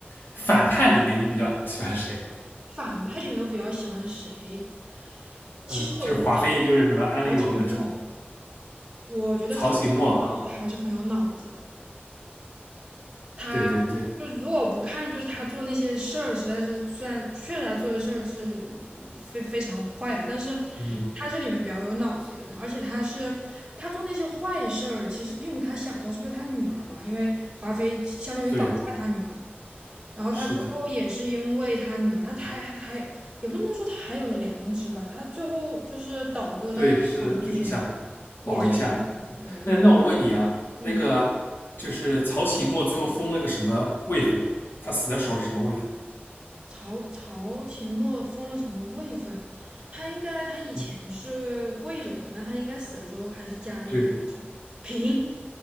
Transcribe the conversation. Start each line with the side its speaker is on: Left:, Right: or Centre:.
Left: 反派里面你比较喜欢谁？
Right: 反派里面我比较喜欢谁？
Left: 嗯，
Right: 其实我觉得曹曹廷墨，
Left: 就是华妃，就是什么安陵容那种，
Right: 我觉得曹廷墨他还是很有脑子的。
Left: 曹琴墨啊，
Right: 他
Left: 对对对，
Right: 就如果不看，就是他做那些事儿，实在是虽然确实他做的事儿是非非常坏了，但是
Left: 嗯，
Right: 他是里面比较有脑子一个人，而且他是他做那些坏事儿，其实并不他想做，是不是他女儿嘛？因为华妃相当于绑架他女儿，
Left: 对，
Right: 然后他最后也是因为他女儿，
Left: 是的，
Right: 他还还还也不能说他还有良知吧，他最后就是倒戈到朝皇那边，
Left: 对，是的，就是想
Right: 也是因为他女儿，
Left: 保一下。
Right: 对对对，
Left: 那那我问你啊，
Right: 嗯。
Left: 那个就是曹琴墨最后封了个什么位分？他死的时候是什么位分？
Right: 曹曹琴墨封了什么位分？他应该他以前是贵人嘛，
Left: 嗯，
Right: 那他应该死了之后还是加了一点是嫔
Left: 对